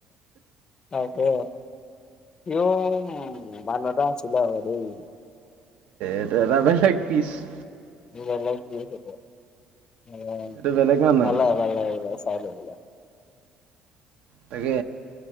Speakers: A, on the left; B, on the right.
A: তাকে ইউম বানত। চিলাব দেই।
B: এটোাবা লাগ পিছ <unintelligible>
A: নিল <unintelligible> উম
B: এইটো বেলেগ মানুহ
A: নাল নাল চাইলিল <unintelligible>
B: তাকে